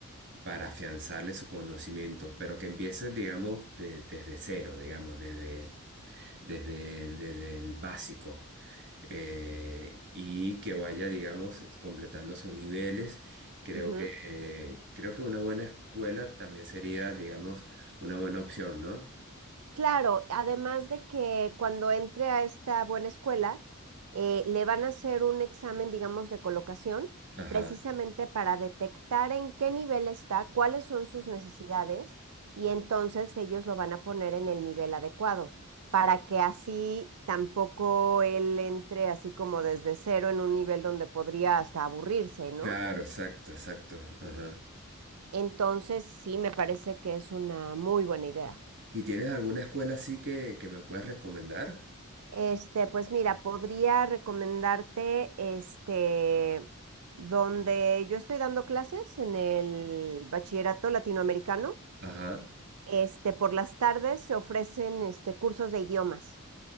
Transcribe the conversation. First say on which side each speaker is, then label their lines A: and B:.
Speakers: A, on the right (about 55°); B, on the right (about 80°).
A: para afianzarle sus conocimientos, pero que empiece, digamos, de- desde cero, digamos, desde, desde, desde el básico, eh, y que vaya, digamos, completando sus niveles. Creo
B: ujú.
A: que, eh, creo que una buena escuela también sería, digamos, una buena opción, ¿no?
B: Claro, además de que cuando entre a esta buena escuela, eh, le van a hacer un examen, digamos, de colocación,
A: Ajá.
B: precisamente para detectar en qué nivel está, cuáles son sus necesidades, y entonces ellos lo van a poner en el nivel adecuado, para que así tampoco él entre así como desde cero en un nivel donde podría hasta aburrirse, ¿no?
A: Claro, exacto, exacto. Ajá.
B: Entonces, sí, me parece que es una muy buena idea.
A: ¿Y tienes alguna escuela así que, que me puedas recomendar?
B: Este, pues mira, podría recomendarte, este, donde yo estoy dando clases en el bachillerato latinoamericano,
A: Ajá.
B: este, por las tardes se ofrecen, este, cursos de idiomas.